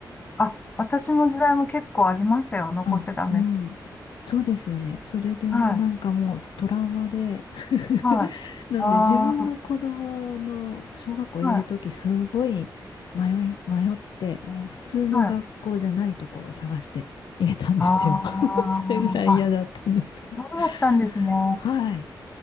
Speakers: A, on the left; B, on the left.
A: あ、私の時代も結構ありましたよ。残しちゃダメ。
B: あ、うん。そうですよね。それで、
A: はい、
B: なんかもうトラウマで <laughs>
A: はい、
B: なんで自分の子供の小学校入れるとき、
A: ああ、はい、
B: すごい迷い、迷って、もう普通の学校じゃないところを探して入れたんですよ。
A: はい。あ
B: <laughs>
A: あ、あ、
B: それぐらい嫌だったんですけど。
A: そうだったんですね。
B: <laughs>
A: あ
B: はい。